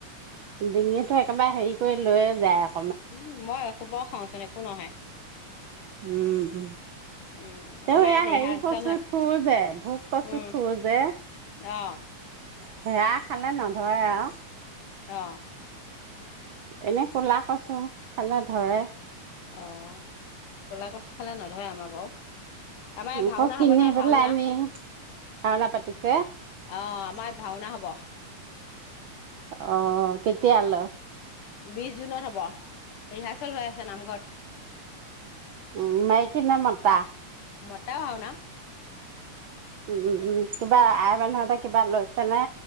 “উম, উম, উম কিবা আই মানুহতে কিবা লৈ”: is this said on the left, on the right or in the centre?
Right